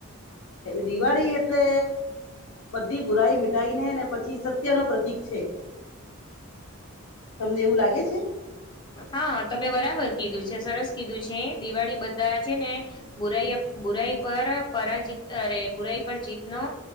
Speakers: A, on the left; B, on the left.
A: દિવાળી એટલે બધી બુરાઈ મી ને ને પછી સત્ય નો પ્રતીક છે તમને એવું લાગે છે?
B: હા તમે બરાબર કીધું છે સરસ કીધું છે દિવાળી બધા છે ને બુરાઈ બુરાઈ પર પરાજત અરે બુરાઈ પર જીત નો